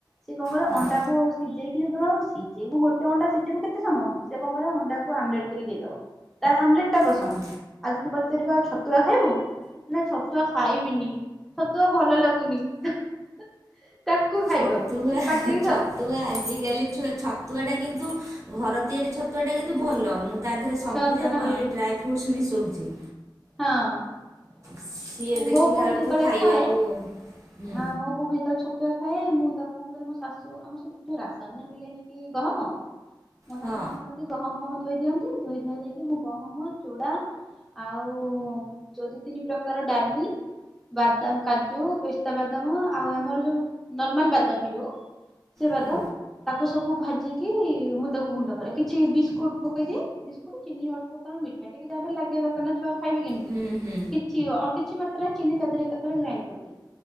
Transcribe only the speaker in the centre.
ସିଏ କଣ କରିବ
ଅଣ୍ଡାକୁ ସିଝେଇକି ଯଉ ଦିନ ସିଝେଇବୁ ଗୋଟେ ଅଣ୍ଡା ସିଝେଇବୁ କେତେ ସମୟ, ସେ କଣ କରିବ ଅଣ୍ଡାକୁ ଆମଲେଟ କରିକୁ ଦେଇଦବ। ତାର ଆମ୍ଲେଟ ଟା ପସନ୍ଦ।
ଆଉ ଯଦି ପଚାରିବ ଆଉ ଛତୁଆ ଖାଇବୁ? ନା ଛତୁଆ ଖାଇବିନି ଛତୁଆ ଭଲ ଲାଗୁନି। ତାକୁ ଖାଇବନି।
ସିଏ ପାଟିକି ସ୍ୱା
ଛତୁଆ
ଟା ହଁ
ହଁ। ନାଇଁ
ମୋ ପୁଅ
ବି ଯେତେବେଳେ
ଖାଏ
ଆଁ ମୋ ପୁଅ ବି ଯେତେବେଳେ ଛତୁଆ ଖାଏ ମୁଁ ତାକୁ କଣ କରେ ମୋ ଶାଶୁ ଆମର ସବୁ ଯଉ ରାସନ ରେ ମିଳେନି କି ଗହମ। ହ ମୋ
ଶାଶୁ କଣ କରନ୍ତି ଗହମ ଫହମ ଧୋଇ ଦିଅନ୍ତି। ଧୋଇ ଧୁଆ ଦେଇକି ମୁଁ ଗହମ ଚୁଡ଼ା ଆଉ ଯଉ ଦି ତିନି ପ୍ରକାର ଡାଲି ବାଦାମ କାଜୁ ପେସ୍ତା ବାଦାମ ଆଉ ଆମର ଯୋଉ ନର୍ମାଲ ବାଦାମ ବି ଯୋଉ ସେ ବାଦାମ,
ତାକୁ ସବୁ ଭାଜିକି ମୁଁ ତାକୁ ଗୁଣ୍ଡ କରେ। କିଛି ବିସ୍କୁଟ ପକେଇଦିଏ। ବିସ୍କୁଟ ଚିନି ଅଳ୍ପ କାରଣ ମିଠା ଟିକେ ଯାହା ହେଲେ ଲାଗିବା ଦରକାର ନା ଛୁଆ ଖାଇବେ କେମିତି।
କିଛି ଅ କିଛି ମାତ୍ରାରେ ଚିନି ତା ଦେହରେ ଏକା ଥରେ ଗ୍ରାଇଣ୍ଡ କରିଦିଏ।